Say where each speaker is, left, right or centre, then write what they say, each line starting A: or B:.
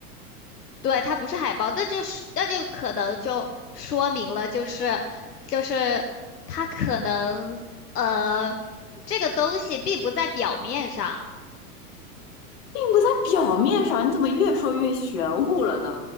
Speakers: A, on the left; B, on the left.
A: 对，它不是海报，那就是那就可能就说明了，就是就是它可能呃这个东西并不在表面上，
B: 并不在表面上，你怎么越说越玄乎了呢？